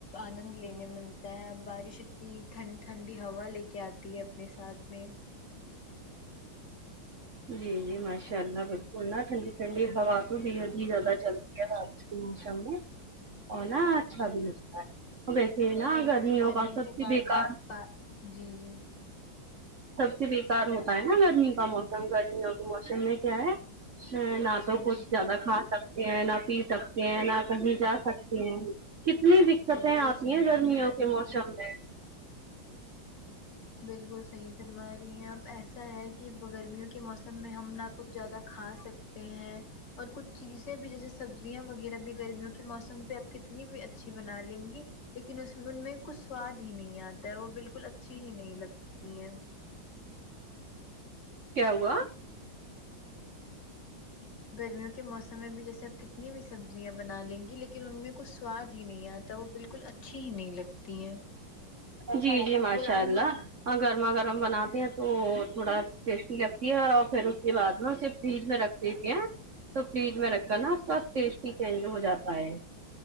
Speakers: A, on the left (about 60°); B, on the right (about 50°).
A: آنند لینے مل تا ہے بارش اتی ٹھنڈ ٹھنڈی ہوا لے کے آتی ہے اپنے ساتھ میں
B: جی جی ماشاء اللہ بالکل نا ٹھنڈی ٹھنڈی ہوا بے حد ہی زیادہ چلتی ہےرات کو کے موسم میں ہونا اچھا دن ہوتا ہے ویسے ہے نا
A: اور اتنی
B: گرمیوں
A: گرمی
B: کا سب
A: کے
B: سے
A: بعد
B: بےکار
A: جب جی جی
B: سب سے بیکار ہوتا ہے نا گرمی کا موسم گرمیوں کے موسم میں کیا ہے ہے نہ
A: جی
B: تو کچھ
A: جی
B: زیادہ کھا سک سکتے ہیں نہ پی سکتے ہیں نہ کہیں جا سکتے ہیں کتنی دقتیں
A: بالکل
B: آتی
A: صحیح
B: ہیں
A: فرما
B: گرمیوں
A: رہی
B: کے
A: ہیں
B: موسم
A: آپ
B: میں
A: بالکل صحیح فرما رہی ہیں آپ ایسا ہے کہ گرمیوں کے موسم میں ہم نہ کچھ زیادہ کھا سکتے ہیں اور کچھ چیزیں بھی جیسے سبزیاں وغیرہ بھی گرمیوں کے موسم پہ آپ کتنی بھی اچھی بنا لیں گی لیکن اس میں ان میں کچھ سواد ہی نہیں آتا ہے وہ بالکل اچھی ہی نہیں لگتی ہیں
B: کیا ہوا
A: گرمیوں کے موسم میں بھی جیسے آپ کتنی بھی سبزیاں بنا لیں گی لیک لیکن ان میں کچھ سواد ہی نہیں آتا وہ بالکل اچھی ہی نہیں لگتی ہیں
B: جی جی ماشاء اللہ گرما گرم بناتے ہیں تو تھوڑا ٹیسٹی لگتی ہے اور پھر اس کے بعد نا اسے فریج میں رکھ دیتے ہیں تو فریج میں رکھ کر نا اس کا ٹیسٹ ہی چینج ہو جاتا ہے